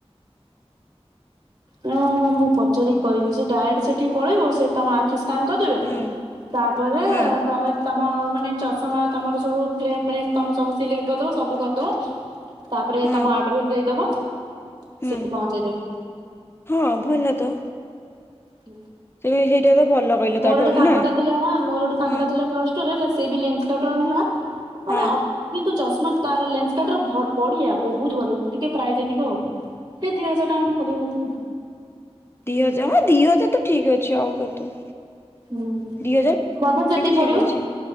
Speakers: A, on the right; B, on the left.
A: ହଁ ହଁ ମୁଁ ପଚାରି କି କହିବି ସେ ଡାଇରେକ୍ଟ ସେଠି ପଳେଇବ ସେ ତମ ଆ ଖି ସ୍କାନ କରିଦେବେ
B: ହୁଁ
A: ତାପରେ
B: ହୁଁ
A: ତମେ ତମ ମାନେ ଚଷମା ତମର ସବୁ ଫ୍ରେମ ରେମ୍ ତମେ ସବୁ ସିଲେକ୍ଟ କରିଦବ ସବୁ କରିଦବ। ତାପରେ
B: ହୁଁ
A: ତମ ଆଡ୍ରେସ ଦେଇଦବ
B: ହୁଁ
A: ସେଠି ପହଞ୍ଚେଇଦବେ।
B: ହଁ ଭଲ ତ।
A: ହୁଁ।
B: <unintelligible> ସେଇଟା ତ ଭଲ। କହିଲ
A: ମୋର
B: ତାଠୁରୁ
A: ଗୋଟେ ସାଙ୍ଗ
B: ନା
A: ଟା ଥିଲା ଆ ମୋର ଗୋଟେ ସାଙ୍ଗା
B: ହୁଁ
A: ଥିଲା ପ୍ଲସ ଟୁରେ ହେଲା ସେ ବି ଲେନ୍ଟ କାର୍ଟ ରୁ ଆଣୁଥିଲା। ମାନେ
B: ହଁ
A: ଅ କିନ୍ତୁ ଚଶମା ତାର ଲେନ୍ସ ତା ଠାରୁ ବ-ବଢିଆ ବହୁତ ଭଲ ଟିକେ ପ୍ରାଇଜ୍ ଅଧିକ ଆଉ ସେ ଦି ହଜାର ଟଙ୍କା ପଡିବ ବଦେ।
B: ଦି ହଜାର ହଁ ଦି ହଜାର ତ ଠିକ୍ ଅଛି ଆଉ କେତେ।
A: ହୁଁ
B: ଦି ହଜାର
A: ବଜେଟ୍ ଯେତିକି
B: ଏବେ ବି
A: ପଡିବ
B: ଠିକ ଅଛି